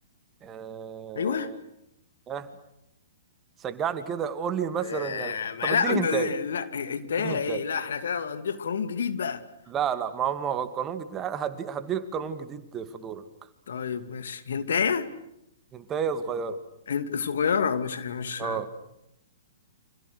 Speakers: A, on the right (about 20°); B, on the left (about 60°).
A: آه
B: ايوه
A: آه، شجعني كده قول لي مثلا
B: آه،
A: يعني
B: ما
A: طب
B: لا
A: اديني
B: انت
A: هنتايه
B: لا هنتايه
A: اديني هنتايه
B: ايه لا احنا كده هنضيف قانون جديد بقى
A: لا لا ما هو ما هو قانون جديد هديك هديك قانون جديد في دورك
B: طيب ماشي هنتايه
A: هنتايه صغيره
B: هنت صغيرة مش مش
A: اه